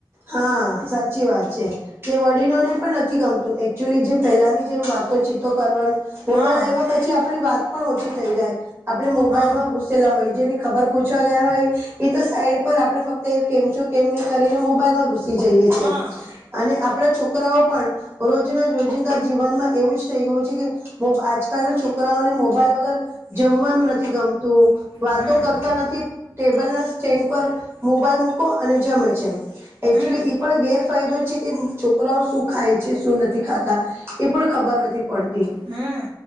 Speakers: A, on the right (about 25°); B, on the right (about 70°).
A: હા, સાચી વાત છે. કે વડીનોને પણ નથી ગમતું. એકચુઅલી જે પહેલાની જેમ વાતો ચીતો કરવાનું. મોબાઈલ
B: હા
A: આવ્યા પછી આપણી વાત પણ ઓછી થઈ જાય. આપણે મોબાઈલમાં
B: હા
A: ઘુ સેલા હોય જેને ખબર પૂછવા ગયા હોય એ તો સાઈડ પર. આપણે ફક્ત કેમ છો કેમને કરીને મો મોબાઈલ માં ઘુસી જઈએ
B: હા
A: છે. અને આપણા છોકરાઓ પણ રોજના રોજિંદા જીવનમાં એવું જ થઈ ગયું છે કે આજકાલના છોકરાઓને મોબાઈલ વગર જમવાનું નથી ગમતું. વાતો
B: હમ હમ
A: કરતા નથી ટેબલ ના સ્ટેન્ડ પર મોબાઈલ મૂકો અને જમે છેમ. એકચુલી
B: હમ
A: પણ ગેર ફાયદો છે કે છોકરાઓ શું ખાય છે શું નથી ખાતા એ પણ ખબર નથી પડતી.
B: હમ